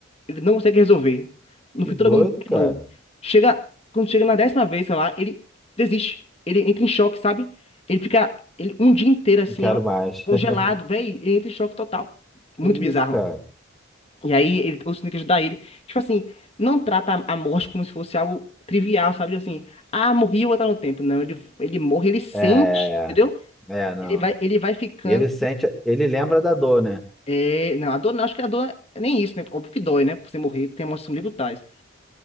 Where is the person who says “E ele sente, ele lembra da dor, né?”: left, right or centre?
Centre